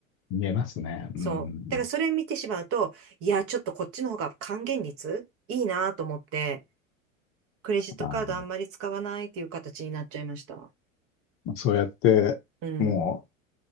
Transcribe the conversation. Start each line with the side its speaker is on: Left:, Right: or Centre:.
Left: 見えますね。
Right: そう。
Left: うん。
Right: だからそれ見てしまうと、いや、ちょっとこっちの方が還元率いいなと思って、クレジットカードあんまり使わないっていう形になっちゃいました。
Left: あーまあそうやって、
Right: うん。
Left: も